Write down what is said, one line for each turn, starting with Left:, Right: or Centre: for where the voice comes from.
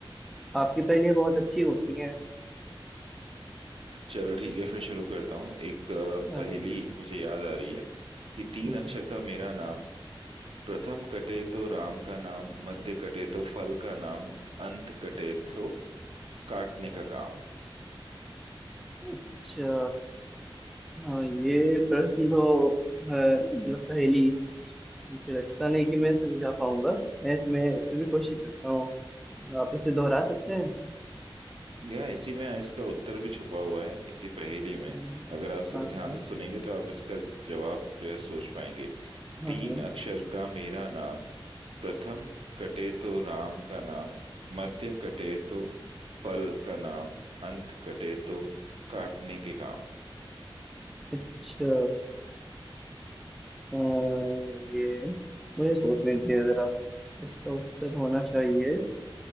Centre: आपकी पहेलियाँ बहुत अच्छी होती हैं
Right: चलो ठीक है फिर शुरू करता हूँ एक अ,
Centre: अम,
Right: पहेली मुझे याद आ रही है कि तीन
Centre: हम्म,
Right: अक्षर का मेरा नाम प्रथम कटे तो राम का नाम मध्य कटे तो फल का नाम अंत कटे तो काटने का काम
Centre: अच्छा हाँ ये प्रश्न तो अ, मतलब पहेली मुझे लगता नहीं कि मैं इसे बुझा पाऊंगा मैं इसमें फिर भी कोशिश करता हूँ आप इसे दोहरा सकते हैं
Right: यह इसी में इसका उत्तर भी छुपा हुआ है इसी पहेली में
Centre: हम्म,
Right: अगर आप इसको
Centre: हाँ
Right: ध्यान
Centre: हाँ
Right: से सुनेंगे तो आप इसका जवाब जो है सोच पाएंगे
Centre: हाँ
Right: तीन
Centre: हाँ
Right: अक्षर का मेरा नाम प्रथम कटे तो राम का नाम मध्य कटे तो फल का नाम अंत कटे तो काटने के काम
Centre: अच्छा अह, ये मुझे सोचने दीजिए जरा इसका उत्तर होना चाहिए